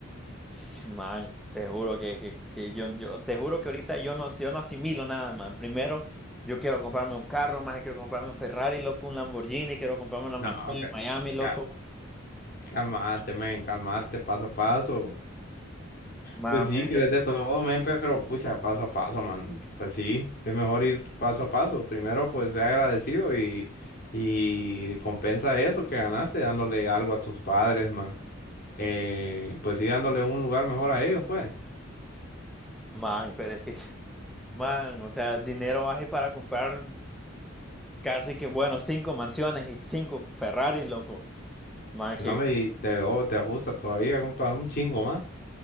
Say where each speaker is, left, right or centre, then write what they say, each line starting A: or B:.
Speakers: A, in the centre; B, on the left (about 45°).
A: Sí, man, te juro que, que- que yo, yo, te juro que ahorita yo no, yo no asimilo nada, man. Primero, yo quiero comprarme un carro, maje, quiero comprarme un Ferrari, loco, un Lamborghini, quiero comprarme una
B: No,
A: mansión en
B: ca-
A: Miami, loco.
B: ca- calmate, men, calmate, paso a paso.
A: Man,
B: Pues sí,
A: pero
B: que
A: es que,
B: de todo, men, pero pucha, paso a paso, man. Pues sí, es mejor ir paso a paso. Primero, pues sea agradecido y, y compensa eso que ganaste dándole algo a tus padres, man. Eh, pues sí, dándole un lugar mejor a ellos, pues.
A: man, pero es que, <laughs> man, o sea, el dinero hay para comprar casi que, bueno, cinco mansiones y cinco Ferraris, loco. Man,
B: No me te, do- te ajusta todavía un, pa- un chingo más.